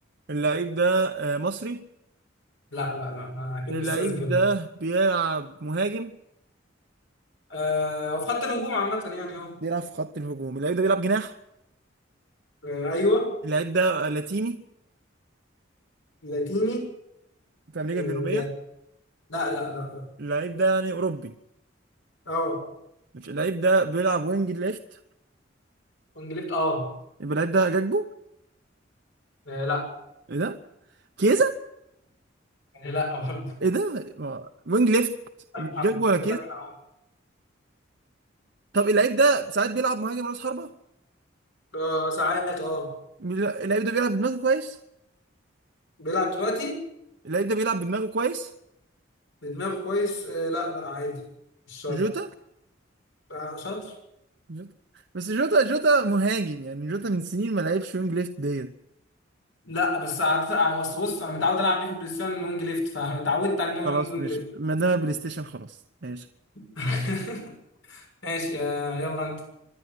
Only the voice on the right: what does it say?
اللعيب ده آه، مصري
اللعيب
ده بيلعب مهاجم
بيلعب في خط الهجوم اللعيب ده بيلعب جناح
اللعيب ده لاتيني
في امريكا
الجنوبيه
اللعيب ده يعني اوروبي
مش اللعيب ده بيلعب وينج ليفت
يبقى اللعيب ده جاكبو
ايه ده كيزا
ايه ده ما- وينج ليفت
مش جاكبو ولا
طب اللعيب ده ساعات بيلعب مهاجم راس حربة
بيلا- اللعيب ده بيلعب بدماغه كويس
اللعيب ده بيلعب بدماغه كويس
جوتا
جوتا بس جوتا جوتا مهاجم يعني جوتا من سنين ما لعبش وينج ليفت ديت
خلاص ماشي
ما دام بلاي ستيشن خلاص ماشي